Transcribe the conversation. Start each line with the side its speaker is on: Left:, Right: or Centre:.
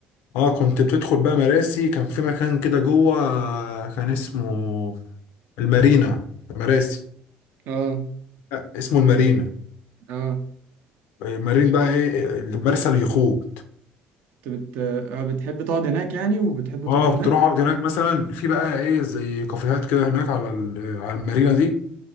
Left: اه كنت بتدخل بقى مراسي كان في مكان كده جوه كان اسمه المارينا مراسي
Right: اه
Left: لا اسمه المارينا
Right: اه
Left: المارين بقى ايه المرسى اليخوت
Right: انت بت... آه بتحب تقعد هناك يعني وبتحب
Left: اه
Right: تروح هناك
Left: كنت اروح اقعد هناك مثلا في بقى ايه زي كافيهات كده هناك على ال- على المارينا دي